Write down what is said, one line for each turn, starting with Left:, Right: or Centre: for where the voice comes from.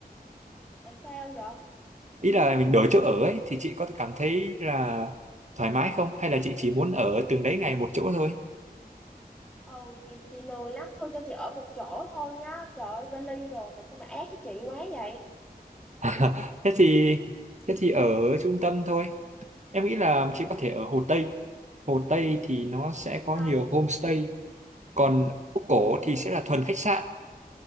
Centre: tại sao vậy
Right: Ý là mình đổi chỗ ở ấy thì chị có cảm thấy là thoải mái không? Hay là chị chỉ muốn ở từng đấy ngày một chỗ thôi?
Centre: ừ chị, chị lười lắm thôi cho chị ở một chỗ thôi nhá trời ơi vali đồ mà sao mà ác với chị quá vậy
Right: <laughs> Thế thì thế thì ở trung tâm thôi. Em nghĩ là chị có thể ở Hồ Tây. Hồ Tây thì nó sẽ
Centre: Hồ
Right: có
Centre: Tây
Right: nhiều
Centre: hả
Right: homestay, còn phố cổ
Centre: ừ
Right: thì sẽ là thuần khách sạn,